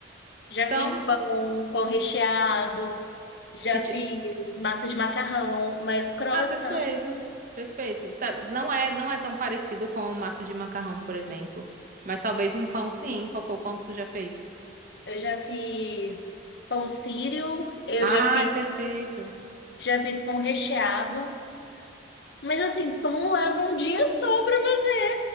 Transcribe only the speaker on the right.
Então,
que ti...
Ah, perfeito. Perfeito. Sabe, Não é, não é tão parecido com massa de macarrão, por exemplo. Mas talvez um pão sim. Qual foi o pão que tu já fez?
Ai,
perfeito.